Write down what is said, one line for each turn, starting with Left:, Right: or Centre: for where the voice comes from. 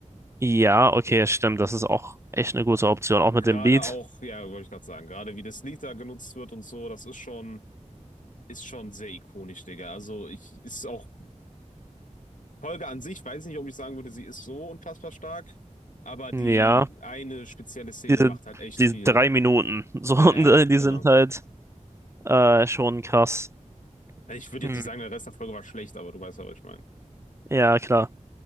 Right: ja, okay, stimmt. Das ist auch echt eine gute Option. Auch
Left: Gerade
Right: mit dem Lied.
Left: auch, ja, wollte ich gerade sagen, gerade wie der Slitter genutzt wird und so, das ist schon, ist schon sehr ikonisch, Digga. Also ich ist auch Folge an sich, weiß nicht, ob ich sagen würde, sie ist so unfassbar stark, aber die
Right: Ja.
Left: eine spezielle Szene
Right: diese,
Left: macht halt echt
Right: diese
Left: viel.
Right: drei Minuten, <laughs> so, und
Left: Ja, ja,
Right: äh, die
Left: genau.
Right: sind halt äh, schon krass.
Left: Ich würde
Right: Hm.
Left: jetzt nicht sagen, der Rest der Folge war schlecht, aber du weißt ja, was ich meine.
Right: Ja, klar.